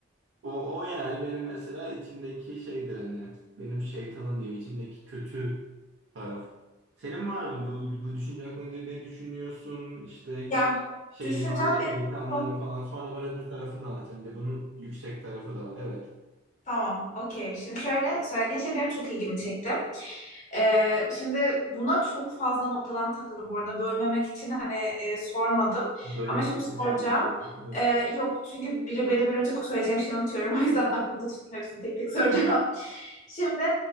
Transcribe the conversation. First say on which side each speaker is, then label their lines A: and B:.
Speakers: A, on the right; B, on the left.
A: O, o yani benim mesela içimdeki şeydir hani benim şeytanım diyeyim içimdeki kötü taraf. Senin var mı bu, bu düşünce hakkında ne ne düşünüyorsun işte hiç
B: Yani
A: şeyin
B: düşüncem
A: var mı
B: benim
A: şeytanların
B: çok...
A: falan sonra ben öbür tarafını da anlatacağım bir de bunun yüksek tarafı da var evet.
B: Tamam, okey. Şimdi şöyle, söylediğin şey benim çok ilgimi çekti. Ee, şimdi buna çok fazla noktadan takıldım bu arada. Bölmemek için hani e, sormadım.
A: Böyle
B: Ama şimdi
A: bilirsin istediğin
B: soracağım.
A: gibi. Evet.
B: Ee, yok çünkü biri beni bölünce söyleyeceğim şeyi unutuyorum. <laughs> O yüzden aklımda tuttum hepsini tek tek soracağım. <laughs> Şimdi